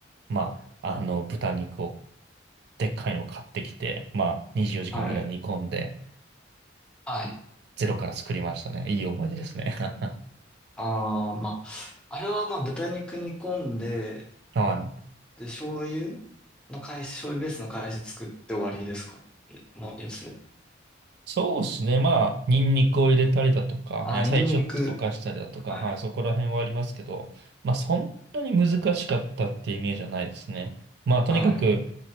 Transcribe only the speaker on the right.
まあ、あの、豚肉を、でっかいのを買ってきて、まあ、24時間ぐらい煮込んで、
ゼロから作りましたね。いい思い出ですね。<laughs>
はい。
そうですね。まあ、ニンニクを入れたりだとか、
まあ、野菜ちょっと溶かしたりだとか、
はい、そこら辺はありますけど、まあ、そんなに難しかったってイメージはないですね。まあ、とにかく、